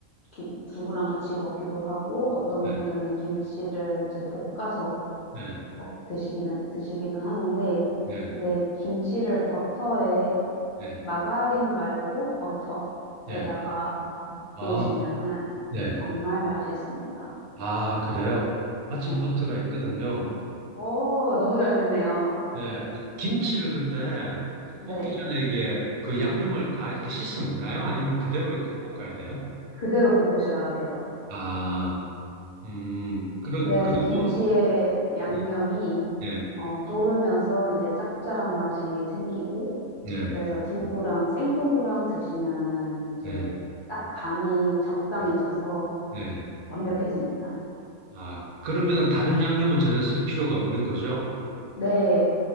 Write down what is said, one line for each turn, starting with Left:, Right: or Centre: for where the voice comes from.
Left: 김- 두부랑 같이 먹기도 하고 어떤
Right: 네,
Left: 분들은 김치를 이제 볶아서
Right: 네,
Left: 먹, 드시기는 드시기는 하는데
Right: 네,
Left: 근데 김치를 버터에
Right: 네,
Left: 마가린 말고 버터에다가
Right: 예. 아,
Left: 볶으시면은
Right: 네.
Left: 정말 맛있습니다.
Right: 아, 그래요? 마침
Left: 네.
Right: 버터가 있거든요.
Left: 오, 너무 잘 됐네요.
Right: 네, 그 김치를 근데
Left: 네.
Right: 볶기 전에 이게 그 양념을 다 이렇게 씻어내나요? 아니면 그대로 이렇게 볶아야 돼요?
Left: 그대로 볶으셔야 돼요.
Right: 아, 음, 그러,
Left: 그래야지
Right: 그리고,
Left: 김치의 양념이
Right: 예. 예,
Left: 어, 졸으면서 이제 짭짤한 맛이 생기고,
Right: 예,
Left: 그래서 두부랑 생두부랑 드시면은 이제
Right: 예,
Left: 딱 간이 적당해져서
Right: 예. 예.
Left: 완벽해집니다.
Right: 아, 그러면은 다른 양념은 전혀 쓸 필요가 없는 거죠?
Left: 네.